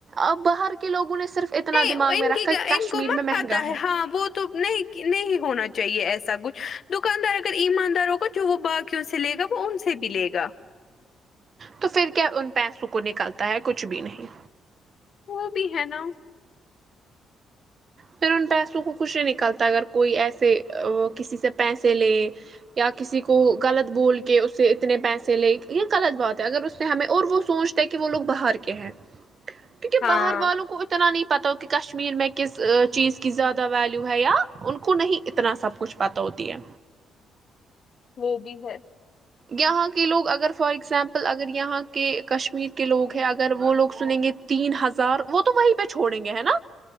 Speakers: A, on the right; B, on the left.
A: اب باہر کے لوگوں نے صرف اتنا
B: اے
A: دماغ
B: او ۓ ان
A: میں رکھا
B: کی
A: کہ
B: ان
A: کشمیر
B: کو مت
A: میں مہنگا
B: پتہ ہے ہاں وہ تو نہیں نہیں ہونا چاہیے ایسا کچھ دکاندار اگر ایماندار ہوگا جو وہ باق یوں سے لے گا وہ ان سے بھی لے گا
A: تو فر کیا ان پیسوں کو نکلتا ہے کچھ بھی نہیں
B: وہ بھی ہے نہ
A: پھر ان پیسوں کو کچھ ہی نکلتا اگر کوئی ایسے وہ کسی سے پینسے لے یا کسی کو غلط بول کے اس سے اتنے پینسے لے یہ غلط بات ہے اگر اس نے ہمیں اور وہ سوچ تاہے کہ وہ لوگ باہر کے ہیں کیونکہ
B: ہاں
A: باہر والوں کو اتنا نہیں پتہ ہوکہ کشمیر میں کس چیز کی زیادہ ویلیو ہے یا ان کو نہیں اتنا سب کچھ پتہ ہوتی ہے
B: وہ بھی ہے
A: یہاں کے لوگ اگر فار اگزامپل اگر یہاں کے کشمیر کے لوگ ہیں اگر وہ لوگ سنیں گے تین ہزار وہ تو وہیں پہ چھوڑیں گے ہے نہ